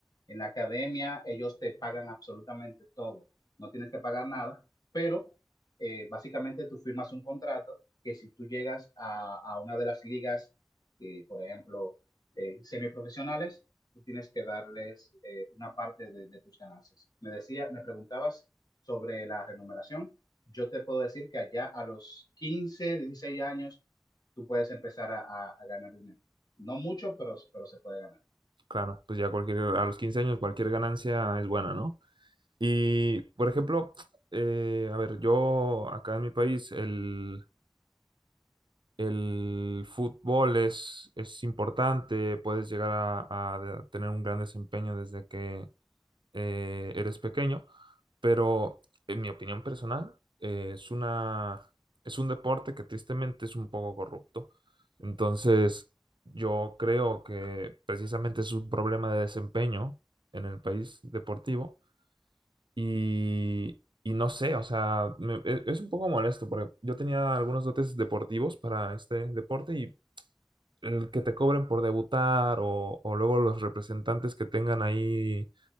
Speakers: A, on the left; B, on the right.
A: en la academia ellos te pagan absolutamente todo, no tienes que pagar nada, pero eh, básicamente tú firmas un contrato que si tú llegas a, a una de las ligas, eh, por ejemplo, eh, semiprofesionales, tú tienes que darles eh, una parte de, de tus ganancias. Me decía, me preguntabas sobre la remuneración. Yo te puedo decir que allá a los 15, 16 años, tú puedes empezar a, a- a ganar dinero. No mucho, pero, pero se puede ganar.
B: Claro, pues ya cualquier, a los 15 años cualquier ganancia es buena, ¿no? Y, por ejemplo, eh, a ver, yo acá en mi país el, el fútbol es, es importante, puedes llegar a, a de- tener un gran desempeño desde que eh, eres pequeño, pero en mi opinión personal eh, es una, es un deporte que tristemente es un poco corrupto. Entonces, yo creo que precisamente es un problema de desempeño en el país deportivo y, y no sé, o sea, me- e- es un poco molesto porque yo tenía algunos dotes deportivos para este deporte y... El que te cobren por debutar o, o luego los representantes que tengan ahí